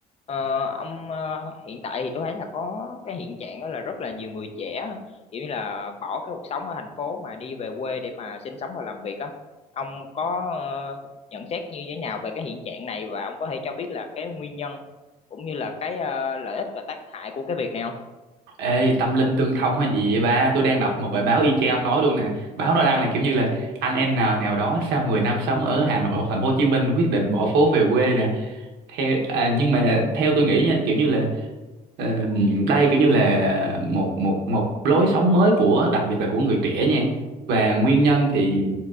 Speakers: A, on the left; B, on the right.
A: Ờ, ông ờ, hiện tại thì tôi thấy là có cái hiện trạng đó là rất là nhiều người trẻ kiểu như là bỏ cái cuộc sống ở thành phố mà đi về quê để mà sinh sống và làm việc á. Ông có ờ, nhận xét như thế nào về cái hiện trạng này và ông có thể cho biết là cái nguyên nhân cũng như là cái ờ, lợi ích và tác hại của cái việc này không?
B: Ê, tâm linh tương thông hay gì vậy ba? Tôi đang đọc một bài báo y chang nói luôn nè. Báo nó đăng là kiểu như là anh N nào đó sau 10 năm sống ở Hà Nội hoặc thành phố Hồ Chí Minh quyết định bỏ phố về quê nè. Theo à, nhưng mà theo tôi nghĩ nha, kiểu như là ờ, đây kiểu như là một một một lối sống mới của đặc biệt là của người trẻ nha. Và nguyên nhân thì